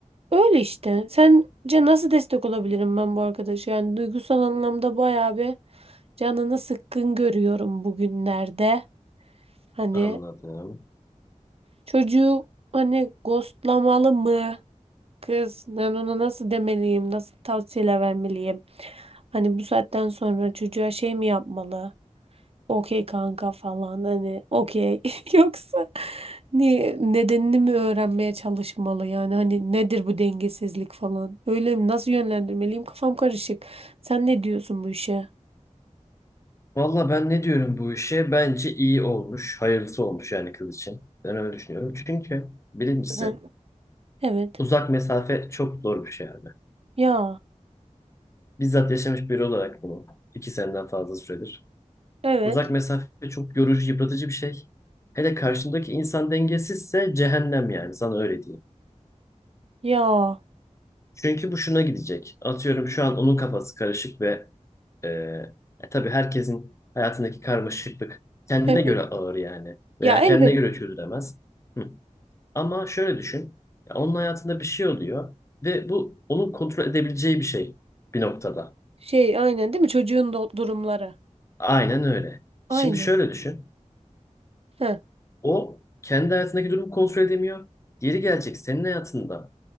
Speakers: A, on the right (about 50°); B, on the left (about 25°).
A: Öyle işte. Sence nasıl destek olabilirim ben bu arkadaşa? Yani duygusal anlamda bayağı bir canını sıkkın görüyorum bugünlerde. Hani
B: Anladım.
A: çocuğu hani ghostlamalı mı? Kız ben ona nasıl demeliyim? Nasıl tavsiyeler vermeliyim? Hani bu saatten sonra çocuğa şey mi yapmalı? okey kanka falan hani okey <laughs> yoksa niye nedenini mi öğrenmeye çalışmalı yani hani nedir bu dengesizlik falan öyle mi nasıl yönlendirmeliyim kafam karışık sen ne diyorsun bu işe
B: Valla ben ne diyorum bu işe? Bence iyi olmuş, hayırlısı olmuş yani kız için. Ben öyle düşünüyorum. Çünkü birincisi
A: Hı evet
B: uzak mesafe çok zor bir şey abi.
A: ya
B: Bizzat yaşamış biri olarak bunu iki seneden fazla süredir.
A: Evet.
B: Uzak mesafe çok yorucu, yıpratıcı bir şey. Hele karşındaki insan dengesizse cehennem yani sana öyle diyeyim.
A: ya
B: Çünkü bu şuna gidecek. Atıyorum şu an onun kafası karışık ve e, e, tabii herkesin hayatındaki karmaşıklık kendine
A: Evet.
B: göre ağır yani. Veya
A: ya elbet
B: kendine göre çözülemez. Hı. Ama şöyle düşün. ya onun hayatında bir şey oluyor ve bu onun kontrol edebileceği bir şey bir noktada.
A: şey aynen değil mi çocuğun do- durumları
B: Aynen öyle.
A: aynen
B: Şimdi şöyle düşün.
A: Heh,
B: O kendi hayatındaki durumu kontrol edemiyor. Yeri gelecek senin hayatında